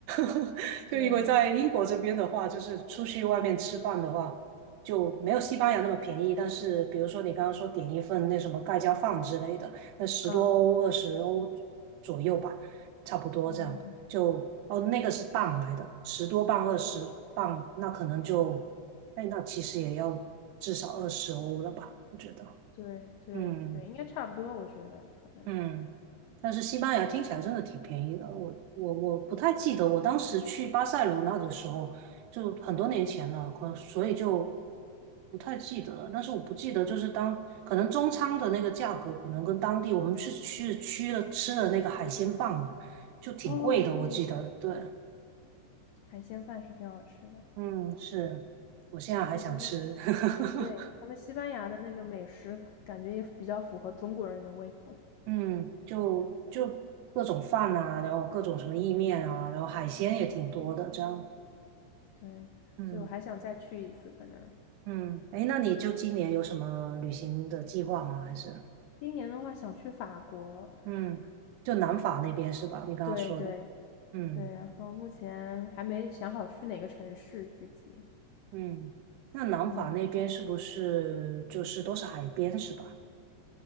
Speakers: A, on the right; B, on the left.
A: <laughs> 就因为在英国这边的话，
B: 对，
A: 就是出去外面吃饭的话，就没有西班牙那么便宜。但是比如说你刚刚说点一份那什么盖浇饭之类的，那十多欧、
B: 然后
A: 二十欧左右吧，差不多这样。
B: 嗯嗯，
A: 就哦，那个是磅来的，十多磅、二十磅，那可能就哎，那其实也要至少二十欧了吧？我觉得，
B: 对对对，
A: 嗯
B: 应该差不多，我觉得可能。
A: 嗯。但是西班牙听起来真的挺便宜的，我我我不太记得我当时去巴塞罗那的时候，就很多年前了，可所以就不太记得了。但是我不记得就是当可能中餐的那个价格，可能跟当地我们去去去了吃的那个海鲜饭嘛，就挺贵的，
B: 哦，对对对，
A: 我记得。对，
B: 海鲜饭是挺好吃的，
A: 嗯，是，我现在还想吃。
B: 而且他们
A: <laughs>
B: 对他们西班牙的那个美食，感觉也比较符合中国人的胃口。
A: 嗯，就就各种饭啊，然后各种什么意面啊，然后海鲜也挺多的，这样。
B: 对，
A: 嗯
B: 所以我还想再去一次，可能
A: 嗯，哎，那你就今年有什么旅行的计划吗？还是
B: 今年的话想去法国。
A: 嗯，
B: <laughs>
A: 就南法那边是吧？你刚刚说的。
B: 对对，
A: 嗯
B: 对，然后目前还没想好去哪个城市具体。
A: 嗯，那南法那边是不是就是都是海边是吧？
B: 嗯